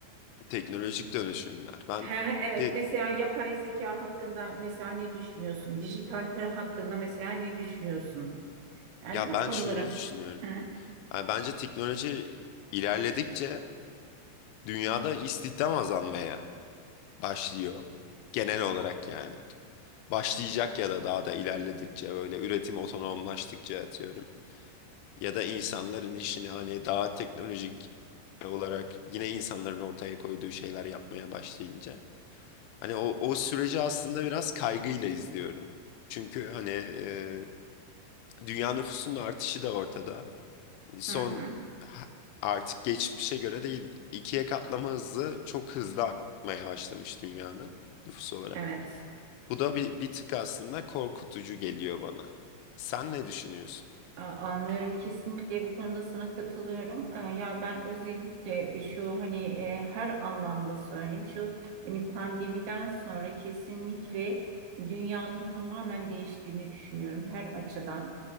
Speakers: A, on the left (about 80°); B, on the right (about 75°).
A: teknolojik dönüşümler. Ben
B: Ha, Evet,
A: de
B: mesela yapay zeka hakkında mesela ne düşünüyorsun? Dijital para hakkında mesela ne düşünüyorsun? Yani
A: ya
B: bu
A: ben
B: konuları.
A: şunu düşünüyorum.
B: Hı
A: Yani bence teknoloji ilerledikçe dünyada istihdam azalmaya başlıyor. Genel olarak yani. Başlayacak ya da daha da ilerledikçe böyle üretim otonomlaştıkça atıyorum. ya da insanların işini hani daha teknolojik olarak yine insanların ortaya koyduğu şeyler yapmaya başlayınca hani o o süreci aslında biraz kaygıyla izliyorum. Çünkü hani e, dünya nüfusunun artışı da ortada. Hani, Son
B: hı hı. hı.
A: ha- artık geçmişe göre değil ikiye katlama hızı çok hızlı artmaya başlamış dünyanın nüfusu olarak.
B: Evet.
A: Bu da bir, bir tık aslında korkutucu geliyor bana. Sen ne düşünüyorsun?
B: A- Anlıyorum kesinlikle bu konuda sana katılıyorum. E, Ya ben özellikle e, şu hani e, her anlamda söyleyeyim şu hani pandemiden sonra kesinlikle dünyanın tamamen değiştiğini düşünüyorum her açıdan.